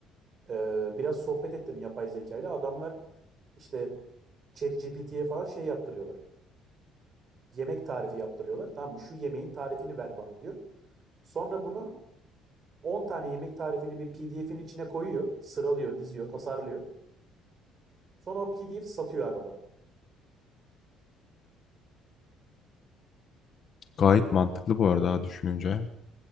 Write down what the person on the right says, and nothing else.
Ee, biraz sohbet ettim yapay zeka ile. Adamlar işte ChatGPT'ye falan şey yaptırıyorlar. Yemek tarifi yaptırıyorlar. Tamam mı? Şu yemeğin tarifini ver bana diyor. Sonra bunu 10 tane yemek tarifini bir PDF'in içine koyuyor. Sıralıyor, diziyor, tasarlıyor. Sonra o PDF satıyor abi adam.